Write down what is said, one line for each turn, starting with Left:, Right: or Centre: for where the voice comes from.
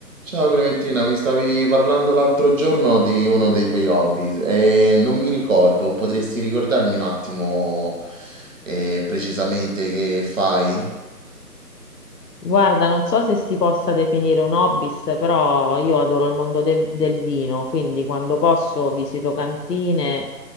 Right: Ciao Clementina, mi stavi parlando l'altro giorno di uno dei tuoi hobby e non mi ricordo, potresti ricordarmi un attimo eh, precisamente che fai?
Left: Guarda, non so se si possa definire un hobby, però io adoro il mondo de- del vino, quindi quando posso visito cantine,